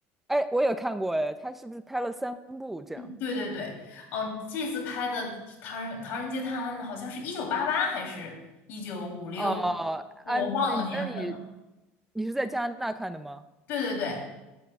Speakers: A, in the centre; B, on the left.
A: 哎，我也看过，哎，他是不是拍了三部这样？
B: 对对对，嗯、这次拍的《唐人唐人街探案》好像是一九八八还是一九五六吧，
A: 哦、啊，
B: 哦我忘了年份了。
A: 那那你你是在加拿大看的吗？
B: 对对对。